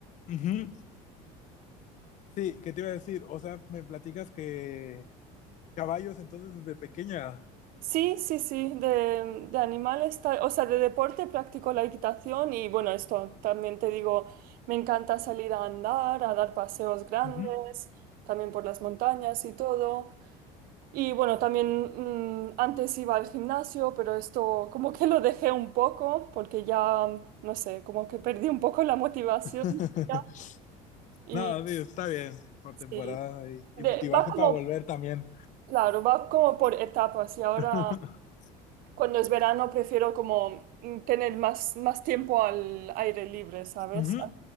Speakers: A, on the left (about 45°); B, on the right (about 60°).
A: Ujú. Sí, ¿qué te iba a decir? O sea, me platicas que caballos entonces desde pequeña.
B: Sí, sí, sí, de, de animales, tal- o sea, de deporte practico la equitación y bueno, esto también te digo, me encanta salir a andar, a dar paseos grandes,
A: Ujú.
B: también por las montañas y todo. Y bueno, también mm, antes iba al gimnasio, pero esto como que lo dejé un poco porque ya, no sé, como que perdí un poco la motivación
A: <laughs>
B: ya. Y
A: No, sí, está bien por temporada
B: sí,
A: y, y
B: de-
A: motivarse
B: va como,
A: para volver también.
B: claro, va como por etapas y ahora
A: <laughs>
B: cuando es verano prefiero como mm, tener más, más tiempo al aire libre, ¿sabes?
A: Ujú.
B: A